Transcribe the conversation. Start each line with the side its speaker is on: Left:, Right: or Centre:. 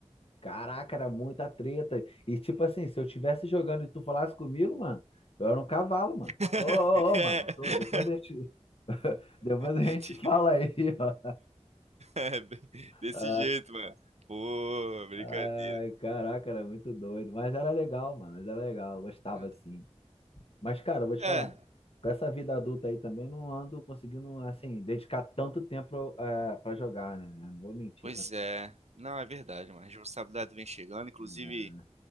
Left: Caraca, era muita treta. E tipo assim, se eu estivesse jogando e tu falasse comigo, mano, eu era um cavalo, mano.
Right: <laughs>
Left: Ô, ô, ô, mano, tô- depois a gente, <laughs> depois a
Right: É,
Left: gente
Right: ti-
Left: fala aí, <laughs> ó.
Right: é, desse
Left: Ah,
Right: jeito, mano. Pô, brincadeira.
Left: Ai, caraca, era muito doido. Mas era legal, mano, mas era legal, eu gostava
Right: É.
Left: assim. Mas, cara, eu vou te
Right: É,
Left: falar, com essa vida adulta aí também não ando conseguindo, assim, dedicar tanto tempo eh, pra jogar, né? Não vou mentir,
Right: pois
Left: tá?
Right: é. Não, é verdade, mano. A responsabilidade vem chegando. Inclusive,
Left: Né?